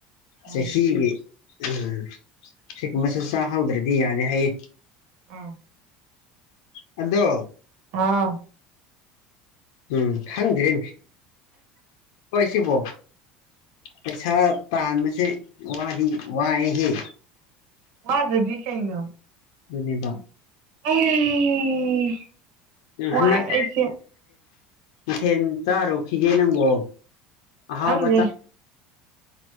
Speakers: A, on the right; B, on the left.
A: ꯎꯝ
B: ꯆꯍꯤ ꯍ ꯎꯝ ꯁꯤꯒꯨꯝꯕꯁꯨ ꯆꯥꯍꯧꯗ꯭ꯔꯗꯤ ꯌꯥꯅꯤꯦ ꯍꯥꯏꯌꯦ
A: ꯑꯥ
B: ꯑꯗꯣ
A: ꯍꯥꯥ
B: ꯎꯝ ꯊꯗꯔꯦ ꯀꯣꯏꯁꯤ ꯄꯣ ꯄꯩꯁꯥ ꯇꯥꯟꯕꯁꯦ ꯋꯥꯗꯤ ꯋꯥꯏꯑꯦꯍꯦ
A: ꯃꯥ ꯑꯗꯨꯗꯤ ꯀꯅ
B: ꯑꯗꯨꯅꯤꯕ
A: <unintelligible> ꯋꯥꯏ
B: ꯍꯟꯗꯛꯇꯦ
A: ꯑꯩꯁꯦ
B: ꯃꯊꯦꯜ ꯆꯥꯔꯨꯈꯤꯒꯦ ꯅꯪꯕꯣ ꯍꯥꯎꯕꯆꯥ
A: ꯈꯪꯗꯦ